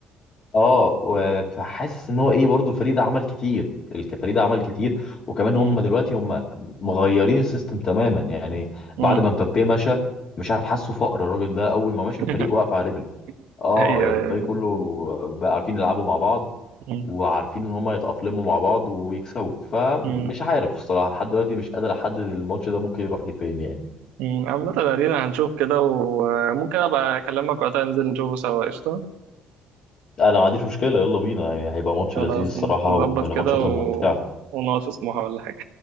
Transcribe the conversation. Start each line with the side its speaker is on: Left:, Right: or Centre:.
Left: اه و- فحاسس ان هو ايه برضو الفريق ده عمل كتير الفريق ده عمل كتير وكمان
Right: مم.
Left: هم دلوقتي هم مغيرين السيستم تماما يعني
Right: مم.
Left: بعد ما مبابي مشى مش عارف حاسه فقر الراجل ده اول ما مشى
Right: <laughs>
Left: الفريق وقف على رجله اه
Right: ايوه
Left: يعني
Right: أيوة.
Left: الفريق كله بقى عارفين يلعبوا مع بعض
Right: مم.
Left: وعارفين ان هما يتأقلموا مع بعض ويكسبوا فمش
Right: مم.
Left: عارف الصراحة لحد دلوقتي مش قادر احدد الماتش ده ممكن يروح لفين يعني
Right: مم. عامة ادينا هنشوف كده وممكن ابقى اكلمك وقتها ننزل نشوفه سوا قشطة
Left: انا ما عنديش مشكلة يلا بينا يعني هيبقى ماتش
Right: خلاص
Left: لذيذ الصراحة
Right: نظبط
Left: ومن الماتشات
Right: كده و...
Left: الممتعة
Right: ونقعد في سموحة ولا حاجة